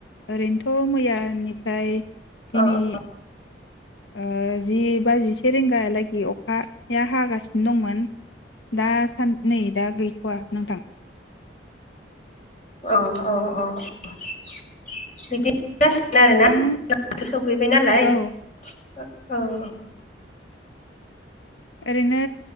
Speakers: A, on the left; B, on the left.
A: ओरैनोथ' मैयानिफ्राय दिनै
B: अ औ
A: ओ जि बा जिसे रिंगा लागि अखाया हागासिनो दंमोन दा सा-न नै दा गैथ'वा नोंथां।
B: औ अ अ। बिदि जासिगोन आरोना
A: नोंथां
B: बोथोर सौफैबाय नालाय
A: औ
B: ओ औ औ।
A: ओरैनो